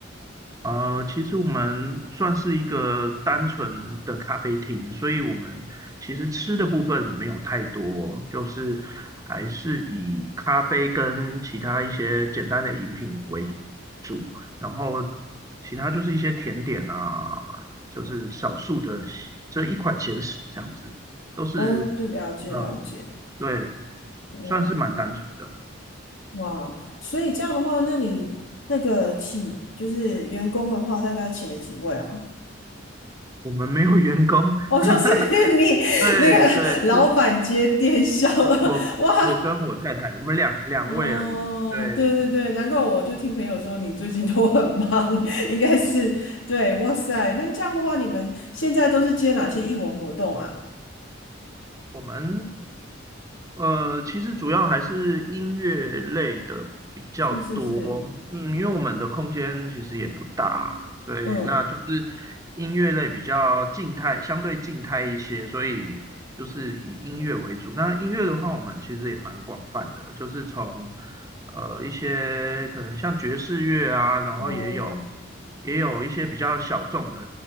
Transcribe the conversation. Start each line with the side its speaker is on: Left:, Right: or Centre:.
Right: 呃，其实我们算是一个单纯的咖啡厅，所以我们其实吃的部分没有太多，就是还是以咖啡跟其他一些简单的饮品为主，然后其他就是一些甜点啊，就是少数的这一款咸食这样子，都是
Left: 哦，对，了解了解，
Right: 呃，对，
Left: 哦。
Right: 算是蛮单纯的，
Left: 哇，所以这样的话，那你那个请就是员工的话，大概请了几位啊？
Right: 我们没有员工，
Left: 哦，
Right: <laughs>
Left: 就是 <laughs> 你那个老板接电销，
Right: 对对我我我跟我太太，
Left: <laughs> 哇，
Right: 我们两两位而已。
Left: 哦，
Right: 对，
Left: 对对对，难怪我就听朋友说你最近都很忙，<laughs> 应该是对，哇塞，那这样的话，你们现在都是接哪些艺文活动啊？
Right: 我们呃，其实主要还是音乐类的比较多，
Left: 是是是，
Right: 嗯，因为我们的空间其实也不大，对，
Left: 嗯，
Right: 那就是音乐类比较静态，相对静态一些，所以就是以音乐为主。那音乐的话，我们其实也蛮广泛的，就是从呃一些可能像爵士乐啊，然后也有
Left: 哦，
Right: 也有一些比较小众的、